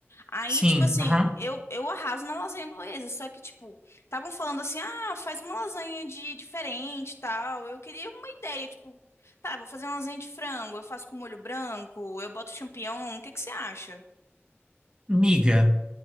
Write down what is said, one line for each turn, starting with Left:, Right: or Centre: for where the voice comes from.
Left: Aí,
Right: sim,
Left: tipo assim,
Right: aham.
Left: eu, eu arraso na lasanha bolonhesa, só que, tipo, estavam falando assim, ah, faz uma lasanha de diferente e tal. Eu queria uma ideia, tipo, tá, vou fazer uma lasanha de frango, eu faço com molho branco, eu boto champignon, o que que você acha?
Right: Miga,